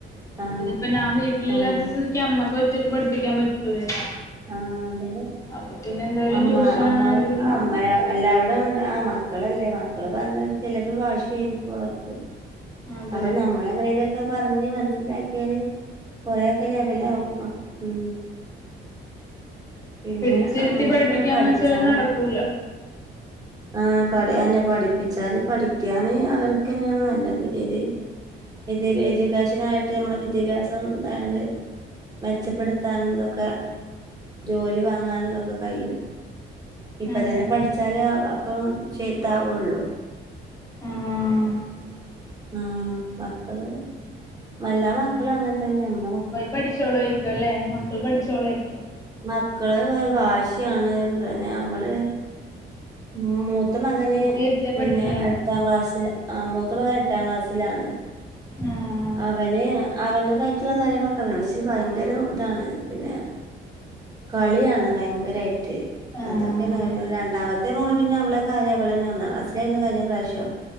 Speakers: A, on the right; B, on the left.
A: ആഹ്
B: ഇതിപ്പോ ഞാൻ വീട്ടിലില്ലാത്ത
A: ആഹ്
B: സ്ഥിതിക്ക് അമ്മക്ക് ഒറ്റക്ക് പഠിപ്പിക്കാൻ പറ്റൂലല്ലോ
A: ആഹ് അതന്നെ
B: അപ്പൊ പിന്നെ എന്തായാലും
A: അമ്മ
B: ട്യൂഷൻ
A: അമ്മ
B: അങ്ങനെ എങ്കിലും നോക്കണം
A: അമ്മ എല്ലാരോടും അങ്ങണ്ട് ആ മക്കളല്ലേ മക്കള് പറഞ്ഞ ചിലപ്പോ ഭാഷിയായിരിക്കും അവർക്ക്
B: അതെ
A: അപ്പൊ നമ്മളെങ്ങനെങ്കിലൊക്കെ പറഞ്ഞ് മനസ്സിലാക്കിയാല് കൊറെയൊക്കെ ലെവലാവും
B: ആ
A: ഉം പിന്നെ
B: പിടിച്ചിരുത്തി
A: അങ്ങനെയൊക്കെയാണ്
B: പഠിപ്പിക്കാന്ന്
A: പഠിച്ചാല്
B: വെച്ചാല് നടക്കൂല
A: ആഹ് പഠി അതെന്നെ പഠിപ്പിച്ചാന് പഠിക്ക്യാന് അവരൊക്കെന്നെയാണ് നല്ലത് ഇത് ഇത് എജൂക്കേഷനായിട്ട് ഞമ്മള് വിദ്യാഭ്യാസം തായാണ്ട് മെച്ചപ്പെട്ത്താനും തൊക്കെ ജോലി വാങ്ങാനും തൊക്കെ കഴിയും ഇപ്പ
B: അതെ
A: തന്നെ പഠിച്ചാല് അപ്പം ശെ താവാെള്ളു
B: ആഹ്
A: ആഹ് മക്കള് എല്ലാ മക്കളും അങ്ങൻ തന്നെ മ്മളെ മ
B: പഠിച്ചോളുവായ്രിക്കു അല്ലേ മക്കൾ പഠിച്ചോളുവായ്രിക്കും
A: മക്കള് വാശ്യാണ് തെന്നെ അമ്മള് ഉം മൂത്ത മകന്
B: കുത്തിയിരുത്തി
A: പിന്നെ
B: പഠിപ്പിക്കണം
A: എട്ടാം ക്ലാസ്സില ആഹ് മൂത്ത മകൻ എട്ടാം ക്ലാസ്സിലാണ്
B: ആഹ്
A: അവന് അവെന്റെതായ്റ്റ് ള്ള കാര്യങ്ങളൊക്കെ അവനാണ് പക്ഷെ ഭയങ്കരം താണ് പിന്നെ കളിയാണ് ഭയെങ്കെരായ് റ്റ്
B: ആഹ്
A: അതൊക്കെയാണ് <unintelligible> രണ്ടാമത്തെ മോള് പിന്നെ അവെളെ കാര്യം അവളെന്നെ ഒന്നാം ക്ലാസ്സ്ലായ്ര്ന്നു കയ്ഞ്ഞ പ്രാശ്യം